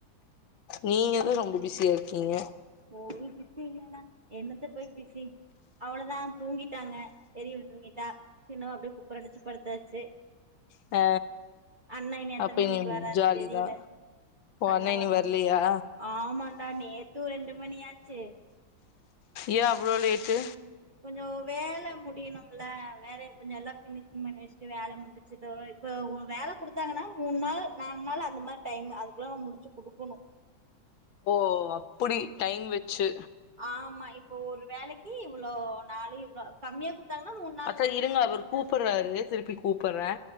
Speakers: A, on the left; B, on the right.
A: நீங்கதா ரொம்ப பிஸியா இருக்கீங்க
B: ஒரு பிஸி இல்லடா என்னத்த போய் பிஸி அவ்வளதா தூங்கிட்டாங்க பெரியவ தூங்கிட்டா சின்னவ அப்டே குப்பரடிச்சு படுத்தாச்சு
A: ஆ
B: அண்ண எத்தன
A: அப்ப
B: மணிக்கு
A: இனி
B: வராரு
A: ஜாலிதா
B: தெரில
A: ஒ
B: அன்னவர்ணம்
A: அண்ணே இனி வர்லியா
B: ஆமாண்டா நேத்து ரெண்டு மணியாச்சி
A: ஏ அவ்ளோ லேட்டு
B: கொஞ்சோ வேல முடியணும்ல வேலய கொஞ்ச எல்லா பினிஷிங் பண்ணி வெஷ்ட்டு வேல முடி ச்சிட்டு வர இப்ப வேல குடுத்தாங்கன்னா மூண் நாள் நால் நாள் அந்த மாரி டைம் அதுக்குள்ள நாம் முடிச்சு குடுக்கணு
A: ஓ அப்படி டைம் வெச்சு
B: ஆமா இப்போ ஒரு வேலைக்கி இவ்வளோ நாளு இவ்ளோ கம்மியா கு த்தாங்னா மூண்
A: அக்கா இருங்க அவரு கூப்பிற்றாரு திருப்பி கூப்பிற்றே